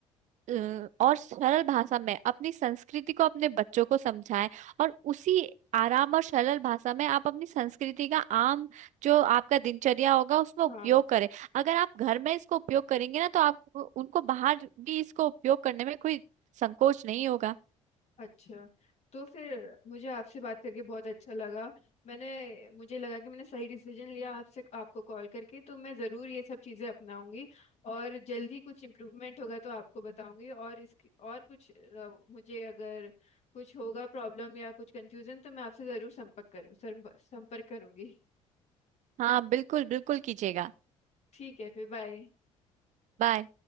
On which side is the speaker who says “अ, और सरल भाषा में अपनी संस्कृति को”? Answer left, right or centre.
Right